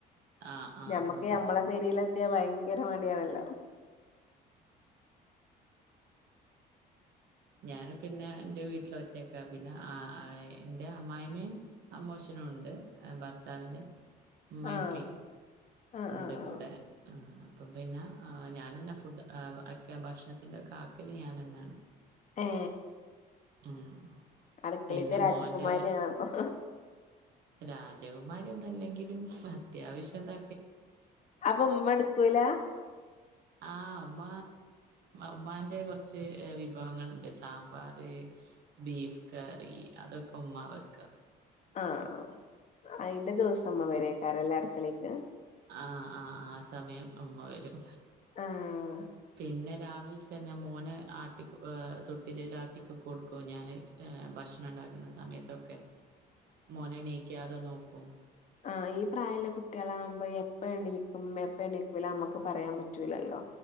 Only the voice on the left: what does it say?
ഞമ്മക്ക്
ഞമ്മളെ പേരേലെത്തിയാ ഭയങ്കര മടിയാണല്ലോ.
ആഹ്
ആഹ്
ആഹ് ആഹ്
ഏഹ്
അടുക്കളത്തെ
രാജകുമാരിയാണൊ
അപ്പൊ.
അപ്പൊ ഉമ്മെടുക്കുല.
ആഹ് അയ്ന്റെ ദിവസമ്മ വെരേക്കാരല്ലെ അട്ക്കളേക്ക്
ആഹ്
ആ ഈ പ്രായല്ലെ കുട്ടിയാളാകുമ്പോ എപ്പ എണീക്കും എപ്പ എണീക്കൂല നമ്മക്ക് പറയാൻ പറ്റൂലല്ലോ